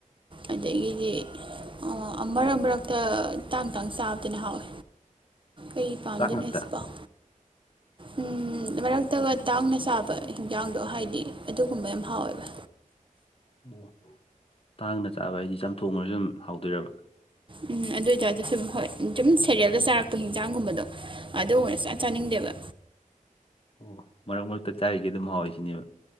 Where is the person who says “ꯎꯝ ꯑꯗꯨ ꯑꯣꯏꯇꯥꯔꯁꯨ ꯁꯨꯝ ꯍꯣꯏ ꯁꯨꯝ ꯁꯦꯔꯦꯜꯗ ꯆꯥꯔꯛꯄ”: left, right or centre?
Right